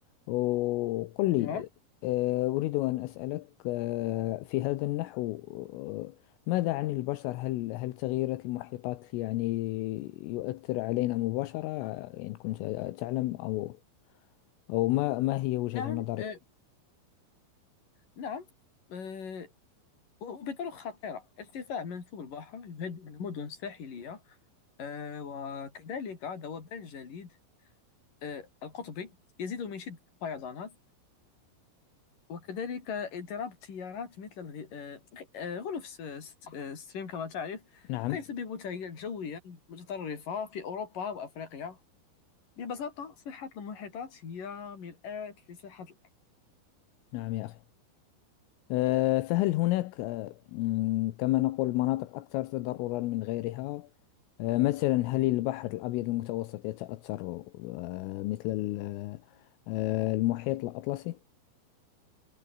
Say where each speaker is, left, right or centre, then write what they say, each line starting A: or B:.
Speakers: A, on the left; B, on the left.
A: وقل لي
B: نعم
A: آه، أريد أن أسألك آه، في هذا النحو آه، ماذا عن البشر هل هل تغييرات المحيطات يعني يؤثر علينا مباشرة إن كنت تعلم أو أو ما ما هي وجهة
B: نعم
A: نظرك
B: أه، نعم أه، وبطرق خطيرة ارتفاع منسوب البحر يهدد المدن الساحلية آه، وكذلك ذوبان الجليد آه، القطبي يزيد من شدة الفيضانات وكذلك اضطراب التيارات مثل الغ- آه، آه، غلاف س- س- آه، ستريم كما تعرف
A: نعم
B: قد يسبب تغييرات جوية متطرفة في أوروبا وأفريقيا ببساطة صحة المحيطات هي مرآة لصحة الأرض
A: نعم يا أخي آه، فهل هناك آه، مم، كما نقول مناطق أكثر تضررا من غيرها؟ آه، مثلا هل البحر الأبيض المتوسط يتأثر آه، مثل ال- آه، المحيط الأطلسي؟